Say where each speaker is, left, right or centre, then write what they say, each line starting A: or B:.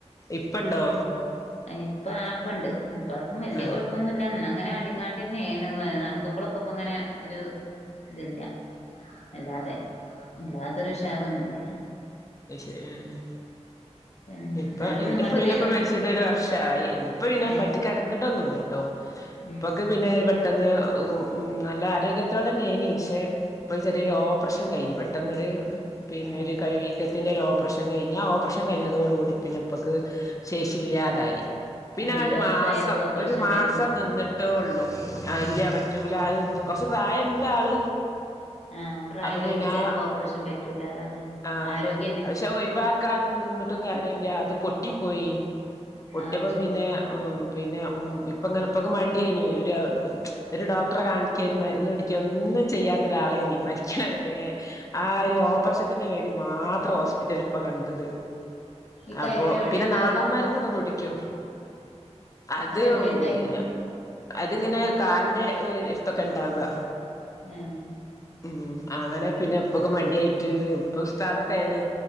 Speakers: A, on the left (about 30°); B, on the left (about 70°).
A: ഇപ്പണ്ടോ
B: ഇപ്പ ആപ്പുണ്ട് ഇപ്പ ആർക്കും വലിയകുഴപ്പ
A: ആഹ്
B: ഇപ്പൊന്നുമല്ല അങ്ങനെ അടിങ്ങാണ്ട് തന്നെയെ നടക്കുമ്പോഴൊക്കെ ഇപ്പ അങ്ങനെ ഒരു ഇതില്ല അല്ലാതെ അല്ലാത്തൊരു ഷാറൊന്നുംല്ല
A: ഐശെരി ആഹ്
B: <unintelligible>
A: ഇപ്പൊ എന്റെപ്പഴെപ്പ
B: ഇങ്ങട്ട് വരും
A: മരിച്ചിട്ട് ഒരു വർഷമായി ഇപ്പ പിന്നെ
B: ഏ
A: പറ്റി കിടന്നിട്ടൊന്നുമല്ലട്ടോ
B: ഉം
A: ഇപ്പൊക്ക് പിന്നെ പെട്ടെന്ന് ഉ ഉ നല്ല ആരോഗ്യത്തോടെന്നെ നി പക്ഷെ ഇപ്പൊ ചെറിയൊരു ഓപ്പറേഷൻ കഴിഞ്ഞു പെട്ടെന്നൊരു പിന്നെ
B: ആഹ്
A: ഒരു കരുവി ത്തിന്റെ ഒരു ഓപ്പറേഷൻ കഴിഞ്ഞു ആ ഓപ്പറേഷൻ കഴിഞ്ഞതോടു കൂടി പിന്നെപ്പൊക്ക് ശേഷില്ലാതായി പിന്നെ
B: അതീ
A: ഒരു
B: വയസ്സായോർക്ക്
A: മാസം
B: ഓപ്പറേഷൻ
A: ഒരു മാസം
B: പറ്റൂലേ
A: നിന്നിട്ട് ഇിട്ടേള്ളൂ ഇല്ല പറ്റൂല അത് കൊറച്ച് പ്രായം ഇണ്ട് ആള്
B: ആഹ് പ്രായം
A: അപ്പം
B: ഉള്ളോർക്ക്
A: പിന്നെ
B: ചിലപ്പോ
A: ആ
B: ഓപ്റേഷൻ പറ്റൂല അതാണ്
A: ആഹ്
B: ആരോഗ്യ
A: പക്ഷെ ഒഴിവാക്കാതെ നിന്നിട്ടും കാര്യമില്ല അത് പൊട്ടിപ്പോയി ഒട്ടിപ്പം
B: ആച്ചോ
A: പിന്നെ ഉം പിന്നെ ഉം ഇപ്പമരപ്പൊക്കെ മാറ്റി ഇനി ഒരു ഒരു ഡോക്ടറെ കാണിക്ക ഒരു മരുന്ന് പിട എനിക്ക് ഒന്നും ചെയ്യാത്ത ഒരാളെനി മരിക്കണവരെ ആഹ് ഒരു ഓപ്പറേഷത്തിന് വേണ്ടി മാത്രമാ ഹോസ്പിറ്റൽ ഇപ്പൊ കണ്ടത്
B: ഈ കരു
A: അപ്പൊ
B: എവിടെ
A: പിന്നെ
B: ഉണ്ടാവുക
A: നാടൻമരുന്നൊക്കെ കുടിക്കൂം അത്
B: അതെവിടെ ഉണ്ടായിന്
A: പിന്നെ അതിങ്ങനെ കാലിന്റെ വേരി അതൊക്കെ ഉണ്ടാവുക
B: ഏ
A: ഉം അങ്ങനെ പിന്നെ ഉപ്പക്ക് മടിയായിട്ട് ഇപ്പ ഉസ്താദൊക്കെയ ആണ്